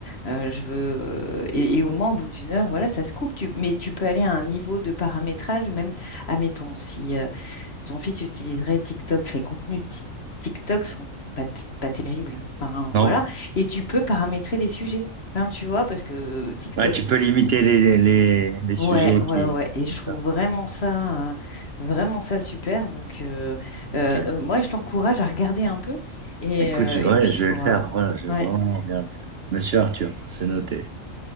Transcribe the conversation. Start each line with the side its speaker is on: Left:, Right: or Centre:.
Left: euh, je veux... euh, Et, et au moins, au bout d'une heure, voilà, ça se coupe. Tu- mais tu peux aller à un niveau de paramétrage, même, admettons, si... euh, Ton fils utiliserait TikTok. Les contenus Tik- TikTok sont pas, t- pas terribles. Enfin,
Right: Non?
Left: voilà. Et tu peux paramétrer les sujets. Enfin, tu vois, parce que TikTok,
Right: Ouais, tu peux limiter
Left: il...
Right: les, les, les, les sujets
Left: Ouais, ouais,
Right: qui...
Left: ouais. Et je
Right: D'accord,
Left: trouve vraiment ça, euh, vraiment ça super. Donc, euh,
Right: ok.
Left: euh, euh, moi, je t'encourage à regarder un peu. Et,
Right: Écoute,
Left: euh,
Right: je vais,
Left: et puis,
Right: je
Left: il faudra...
Right: vais le faire. Voilà, je vais
Left: Ouais.
Right: vraiment regarder. Monsieur Arthur, c'est noté.